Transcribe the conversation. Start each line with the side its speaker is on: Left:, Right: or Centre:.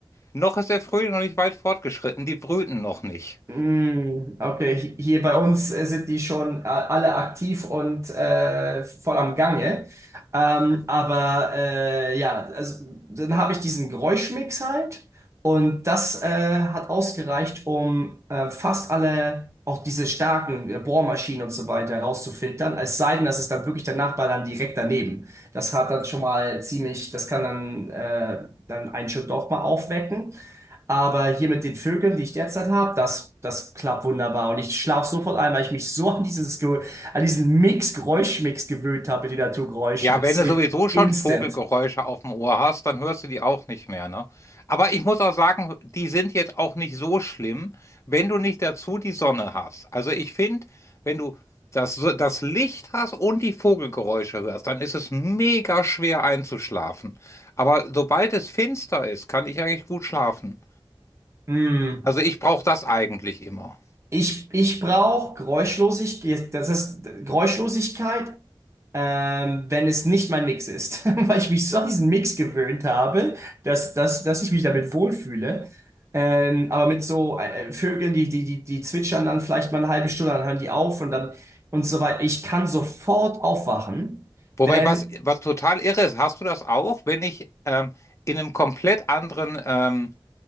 Left: Noch ist der Frühling noch nicht weit fortgeschritten, die brüten noch nicht.
Right: Mm, Okay, Hi- hier bei uns äh, sind die schon äh, alle aktiv und äh, voll am Gange. Ähm, aber äh, ja, also, dann habe ich diesen Geräuschmix halt und das äh, hat ausgereicht, um äh, fast alle, auch diese starken äh, Bohrmaschinen und so weiter rauszufiltern. Es sei denn, das ist dann wirklich der Nachbar dann direkt daneben. Das hat dann schon mal ziemlich, das kann dann, äh, dann einen schon doch mal aufwecken. Aber hier mit den Vögeln, die ich derzeit habe, das, das klappt wunderbar. Und ich schlafe sofort ein, weil ich mich so an dieses, Ge- an diesen Mix, Geräuschmix gewöhnt habe mit den Naturgeräuschen.
Left: Ja,
Right: Das
Left: wenn
Right: hilft
Left: du sowieso schon
Right: instant.
Left: Vogelgeräusche auf dem Ohr hast, dann hörst du die auch nicht mehr, ne? Aber ich muss auch sagen, die sind jetzt auch nicht so schlimm, wenn du nicht dazu die Sonne hast. Also ich finde, wenn du das, das Licht hast und die Vogelgeräusche hörst, dann ist es mega schwer einzuschlafen. Aber sobald es finster ist, kann ich eigentlich gut schlafen.
Right: Hm.
Left: Also ich brauche das eigentlich immer.
Right: Ich, ich brauche Geräuschlosigkeit, das ist Geräuschlosigkeit ähm, wenn es nicht mein Mix ist, <laughs> weil ich mich so an diesen Mix gewöhnt habe, dass, dass, dass ich mich damit wohlfühle. Ähm, aber mit so äh, Vögeln, die, die, die, die zwitschern dann vielleicht mal eine halbe Stunde, dann hören die auf und dann und so weiter. Ich kann sofort aufwachen,
Left: Wobei,
Right: wenn,
Left: was, was total irre ist, hast du das auch, wenn ich ähm, in einem komplett anderen ähm,